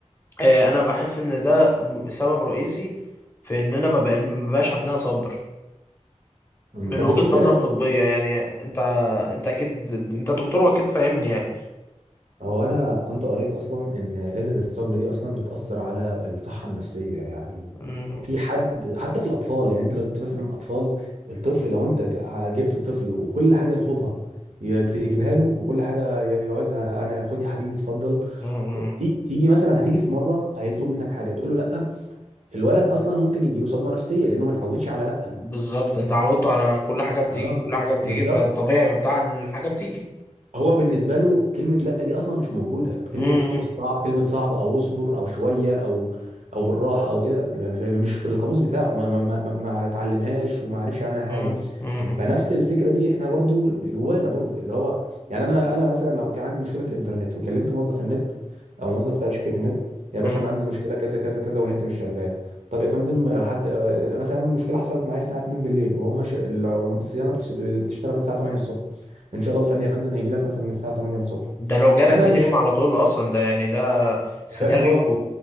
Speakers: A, on the left; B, on the right.
A: آه، انا بحس ان ده م- سبب رئيسي في اننا ما بقى- ما بقاش عندنا صبر
B: أمم،
A: من
B: طب
A: وجهة
B: تفتكر
A: نظر طبية يعني انت انت اكيد انت دكتور واكيد فاهمني يعني
B: هو انا كنت قريت اصلا ان قله الصبر دي اصلا بتاثر على الصحه النفسيه يعني
A: مم.
B: في حد حتى في الاطفال يعني انت لو جبت مثلا اطفال الطفل لو انت جبت الطفل وكل حاجه يطلبها ي- تجيبها له وكل حاجه ي- يعوزها انا خد يا حبيبي اتفضل
A: مم.
B: تي- تيجي مثلا هتيجي في مره هيطلب منك حاجه تقول له لا الولد اصلا ممكن يجي له صدمه نفسيه لانه ما اتعودش على لا
A: بالظبط انت عودته على كل حاجه بتيجي
B: اه
A: كل حاجه بتيجي
B: بالظبط
A: فالطبيعي بتاع ان الحاجه بتيجي
B: هو بالنسبه له كلمه لا دي اصلا مش موجوده كلمه
A: مم.
B: استع... كلمه صعب او اصبر او شويه او او بالراحه او كده يعني مش في القاموس بتاعه ما ما ما, ما ما اتعلمهاش وما عرفش عنها حاجه
A: مم. مم.
B: فنفس الفكره دي احنا برضو جوانا برضو اللي هو يعني انا انا مثلا لو كان عندي مشكله في الانترنت وكلمت موظف النت او موظف بتاع شركه النت يا باشا
A: مم.
B: انا عندي مشكله كذا كذا كذا والنت مش شغال طب يا فندم لحد آه، مثلا المشكله حصلت معايا الساعه 2 بالليل وهما ش... الصيانه بتش- بتشتغل الساعه 8 الصبح ان شاء الله الفني يا فندم هيجي لك مثلا الساعه 8 الصبح
A: ده لو جالك
B: انا
A: تاني
B: مش
A: يوم على طول اصلا ده يعني ده سيناريو
B: يا باشا هو